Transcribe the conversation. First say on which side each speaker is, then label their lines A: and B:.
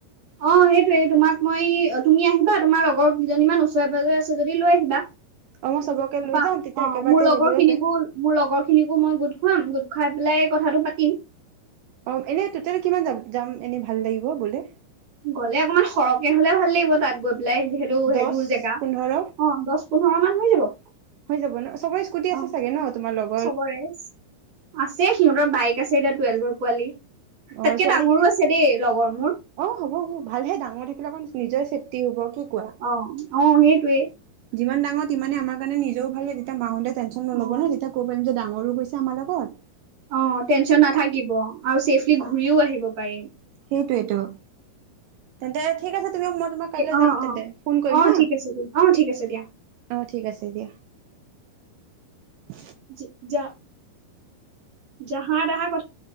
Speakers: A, on the right; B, on the right.
A: অ সেইটোৱে তোমাক মই অ তুমি আহিবা তোমাৰ লগৰ কিজনীমান ওচৰে পাঁজৰে আছে যদি লৈ আহিবা।
B: অ', মই চবকে
A: তাৰ
B: লৈ
A: পা
B: যাম তেতিয়া
A: অ
B: একেবাৰতে
A: মোৰ লগৰ
B: হেৰি কৰিব
A: খিনিকো
B: পাৰিম
A: মোৰ লগৰ খিনিকো মই গোট খুৱাম গোট খাই পেলাই কথাটো পাতিম।
B: অ এনে টোটেল কিমান যাম যাম এনে ভাল লাগিব গ'লে
A: গ'লে অকনমান সৰকে হ'লে ভাল লাগিব তাত গৈ পেলাই যিহেতু
B: দহ
A: সেইবোৰ জেগা
B: পোন্ধৰ
A: অ দশ পোন্ধৰ মান হৈ যাব।
B: হৈ যাব ন চবৰে স্কুটি
A: অ
B: আছে চাগে ন তোমা লগ
A: চবৰে আছে সিহঁতৰ বাইক তাইক আছে এতিয়া টুৱেল্ভৰ পোৱালি।
B: অ
A: তাতকে
B: ছোৱালীখিনি
A: ডাঙৰো আছে দেই লগৰ মোৰ
B: অ হ'ব হ'ব ভালহে ডাঙৰ থাকিলে অকণ নিজৰ ছেইফটি হ'ব কি কোৱা
A: অ অ সেইটোৱে
B: যিমান ডাঙৰ তিমান আমাৰ কাৰণে নিজও ভাল তেতিয়া মা হতে টেনচন নলব
A: অ
B: ন তেতিয়া কৈ পাম ডাঙৰ- সৰু গৈছে আমাৰ লগত
A: অ টেনচন নাথাকিব আৰু চছেফলি ঘূৰিও আহিব পাৰে
B: সেইটোৱেটো তেন্তে ঠিক আছে তেনে মই তোমাক কাইলৈ
A: অ
B: যাম
A: অ
B: তেন্তে ফোন কৰিম
A: অ
B: হা
A: ঠিক আছে দিয়া অ ঠিক আছে দিয়া
B: অ ঠিক আছে দিয়া <unintelligible>
A: যা য়া যাহা টহাৰ কথা